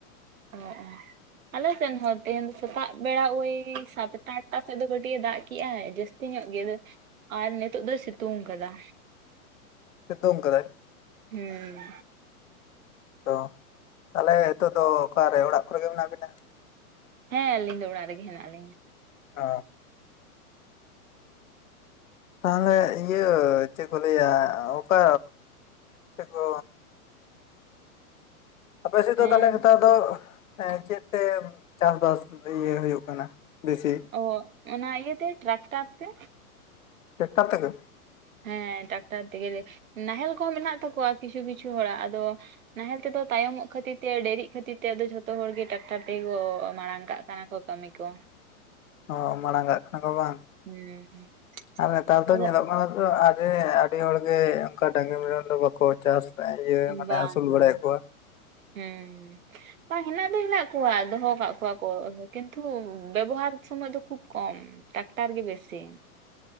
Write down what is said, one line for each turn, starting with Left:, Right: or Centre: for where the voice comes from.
Right: ᱚ ᱟᱞᱮ ᱥᱮᱱ ᱦᱚᱸ ᱛᱮᱦᱮᱧ ᱫᱚ ᱥᱮᱛᱟᱜ ᱵᱮᱲᱟ ᱳᱭ ᱥᱟᱛᱴᱟ, ᱟᱴᱴᱟ ᱥᱮᱫ ᱫᱚ ᱠᱟᱹᱴᱤᱡ ᱮ ᱫᱟᱜ ᱠᱮᱜ-ᱟᱭ ᱡᱟᱹᱥ ᱛᱤ ᱧᱚᱜ ᱜᱮ ᱟᱫᱚ, ᱟᱨ ᱱᱤᱛᱚᱜ ᱫᱚᱭ ᱥᱤᱛᱩᱝ ᱠᱟᱫᱟ᱾
Left: ᱥᱤᱛᱩᱝ ᱠᱟᱫᱟᱭ?
Right: ᱦᱩᱸ᱾
Left: ᱛᱚ ᱛᱟᱦᱚᱞᱮ ᱦᱤᱛᱚᱜ ᱫᱚ ᱚᱠᱟᱨᱮ ᱚᱲᱟᱜ ᱠᱚᱨᱮ ᱜᱮ ᱢᱮᱱᱟᱜ ᱵᱤᱱᱟ?
Right: ᱦᱮᱸ ᱟᱹᱞᱤᱧ ᱫᱚ ᱚᱲᱟᱜ ᱨᱮᱜᱮ ᱦᱮᱱᱟᱜ ᱞᱤᱧᱟ᱾
Left: ᱚ᱾ ᱛᱟᱦᱚᱞᱮ ᱤᱭᱟᱹ ᱪᱮᱫ ᱠᱚ ᱞᱟᱹᱭᱟ, ᱚᱠᱟ ᱪᱮᱫ ᱠᱚ ᱟᱯᱮ ᱥᱮᱫ ᱫᱚ
Right: ᱦᱮᱸ
Left: ᱛᱟᱦᱚᱞᱮ ᱱᱮᱛᱟᱨ ᱫᱚ, ᱮᱸ ᱪᱮᱫ ᱛᱮ ᱪᱟᱥ ᱵᱟᱥ ᱤᱭᱟᱹ ᱦᱩᱭᱩᱜ ᱠᱟᱱᱟ ᱵᱮᱥᱤ?
Right: ᱚ, ᱚᱱᱟ ᱤᱭᱟᱹ ᱛᱮ ᱴᱨᱟᱠᱴᱟᱨ ᱛᱮ᱾
Left: ᱴᱮᱠᱴᱟᱨ ᱛᱮ ᱜᱮ?
Right: ᱦᱮᱸ ᱴᱟᱠᱴᱟᱨ ᱛᱮᱜᱮᱞᱮ, ᱱᱟᱦᱮᱞ ᱠᱚᱦᱚᱸ ᱢᱮᱱᱟᱜ ᱛᱟᱠᱚᱣᱟ ᱠᱤᱪᱷᱩ ᱠᱤᱪᱷᱩ ᱦᱚᱲᱟᱜ ᱟᱫᱚ ᱱᱟᱦᱮᱞ ᱛᱮᱫᱚ ᱛᱟᱭᱚᱢᱚᱜ ᱠᱷᱟᱹᱛᱤᱨ ᱛᱮ ᱰᱮᱨᱤᱜ ᱠᱷᱟᱹᱛᱤᱨ ᱛᱮ, ᱟᱫᱚ ᱡᱷᱚᱛᱚ ᱦᱚᱲ ᱜᱮ ᱴᱟᱠᱴᱟᱨ ᱛᱮᱜᱮᱠᱚ ᱢᱟᱲᱟᱝ ᱠᱟᱜ ᱠᱟᱱᱟ ᱠᱚ᱾ ᱠᱟᱹᱢᱤ ᱠᱚ᱾
Left: ᱚ ᱢᱟᱲᱟᱝ ᱠᱟᱜ ᱠᱟᱱᱟ ᱠᱚ ᱵᱟᱝ?
Right: ᱦᱩᱸ ᱦᱩᱸ
Left: ᱟᱨ ᱱᱮᱛᱟᱨ ᱫᱚ
Right: ᱟᱫᱚ
Left: ᱧᱮᱞᱚᱜ ᱠᱟᱱᱟ ᱟᱫᱚ ᱟᱰᱤ ᱟᱰᱤ ᱦᱚᱲᱜᱮ ᱚᱝᱠᱟ ᱰᱟᱝᱜᱨᱤ ᱢᱮᱨᱚᱢ ᱫᱚ ᱵᱟᱠᱚ ᱪᱟᱥ ᱤᱭᱟᱹ ᱢᱟᱱᱮ
Right: ᱵᱟᱝ
Left: ᱟᱹᱥᱩᱞ ᱵᱟᱲᱟᱭᱮᱜ
Right: ᱵᱟᱝ
Left: ᱠᱚᱣᱟ᱾
Right: ᱦᱩᱸ᱾ ᱵᱟᱝ ᱦᱮᱱᱟᱜ ᱫᱚ ᱦᱮᱱᱟᱜ ᱠᱚᱣᱟ ᱫᱚᱦᱚ ᱠᱟᱜ ᱠᱚᱣᱟ ᱠᱚ ᱠᱤᱱᱛᱩ ᱵᱮᱵᱚᱦᱟᱨ ᱥᱚᱢᱚᱭ ᱫᱚ ᱠᱷᱩᱵ ᱠᱚᱢ᱾ ᱴᱟᱠᱴᱟᱨ ᱜᱮ ᱵᱮᱥᱤ᱾